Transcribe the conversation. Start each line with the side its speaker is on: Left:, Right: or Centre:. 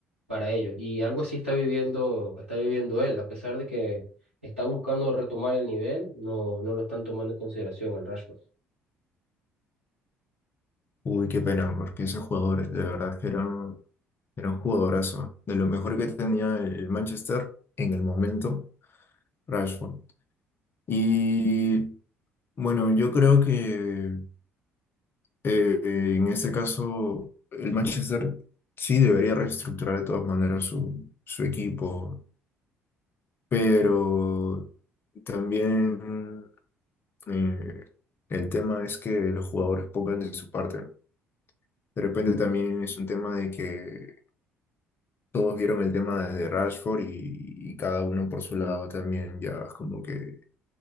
Right: para ellos y algo así está viviendo, está viviendo él, a pesar de que está buscando retomar el nivel, no, no lo están tomando en consideración al Rashford.
Left: Uy, qué pena, porque esos jugadores de verdad que eran Era un jugadorazo, ¿eh? de lo mejor que tenía el Manchester en el momento, Rashford. Y bueno, yo creo que eh, eh, en este caso el Manchester sí debería reestructurar de todas maneras su, su equipo, pero también eh, el tema es que los jugadores pongan de su parte. ¿no? De repente también es un tema de que todos vieron el tema desde Rashford y, y cada uno por su lado también ya es como que